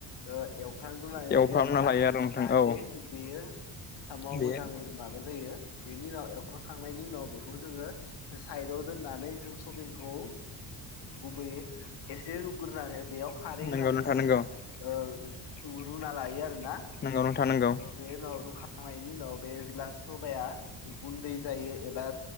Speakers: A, on the left; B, on the left.
A: ओ एव ओंखा रुनानै लायो
B: एवफ्रामना
A: आरो ना
B: नोंथां
A: जाहाथे
B: औ
A: बेयो साम'आव
B: बे
A: मोजाङै जायो बेनि उनाव एखांनायनि उनाव उन बेखौ जोङो साइदाव दोननानै जों सबिखौ गुबैयै एसे रुग्रोनानै बेयाव खारै
B: नंगौ
A: होनानै
B: नोंथां
A: जोङो
B: नंगौ
A: रुना लायो आरो ना।
B: नंगौ नोंथां नंगौ
A: बेनाव रु खांनायनि उनाव बे जेब्ला सबाया गुन्दै जायो एबा